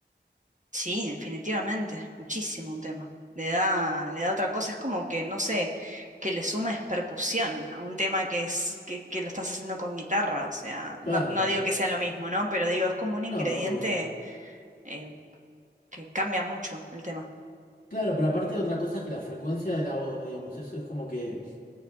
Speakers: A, on the right (about 40°); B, on the left (about 50°).
A: Sí, definitivamente, muchísimo un tema. Le da, le da otra cosa, es como que, no sé, que le sumes percusión a un tema que es, que, que lo estás haciendo con guitarra, o sea, no,
B: Claro,
A: no digo que sea lo mismo, ¿no? Pero digo, es como un ingrediente
B: no, obvio.
A: eh, que cambia mucho el tema.
B: Claro, pero aparte otra cosa es que la frecuencia de la voz, digamos, eso es como que,